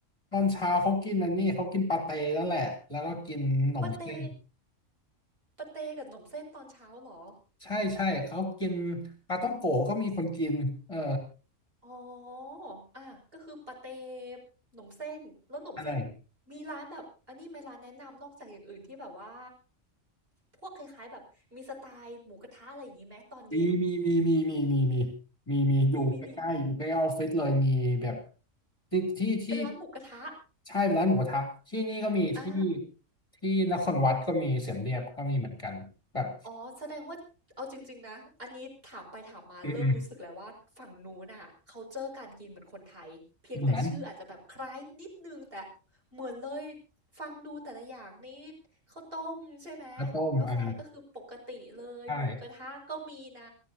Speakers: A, on the left; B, on the right.
A: ตอนเช้าเขากินอันนี้เขากินปาเต้นั่นแหละแล้วก็กินขนมเส้น
B: ปาเต้ปาเต้กับขนมเส้นตอนเช้าเหรอ
A: ใช่ใช่เขากินปลาต้องโกะก็มีคนกินเออ
B: อ๋ออ่ะก็คือปาเต้หนมเส้น แล้วหนมเส้น
A: อะไร
B: มีร้านแบบอันนี้ไหมร้านแนะนำนอกจากอย่างอื่นที่แบบว่า พวกคล้ายๆแบบมีสไตล์หมูกระทะอะไรอย่างนี้ไหมตอนเย็น
A: มีมีมีมีมีมีมีมีมีอยู่ใกล้ๆอยู่ใกล้ออฟฟิศเลยมีแบบ
B: มีมีมี
A: ที่ที่ที่
B: เป็นร้านหมูกระทะ
A: ใช่เป็นร้านหมูกระทะที่นี่ก็มีที่
B: อ่า
A: ที่นครวัดก็มีเสียมเรียบก็มีเหมือนกันแบบ
B: อ๋อแสดงว่าเอาจริงๆนะอันนี้ถามไปถามมาเริ่มรู้สึกแล้วว่าฝั่งนู้นน่ะเขาเจอการกินเหมือนคนไทยเพียงแต่ชื่ออาจจะแบบคล้ายนิดนึงแต่
A: อืมอืมเหมือน
B: เหมือนเลยฟังดูแต่ละอย่างนี่ข้าวต้มใช่ไหม
A: ข้าวต้มอ่า
B: กาแฟก็คือปกติเลยหมูกระทะก็มีนะ
A: ใช่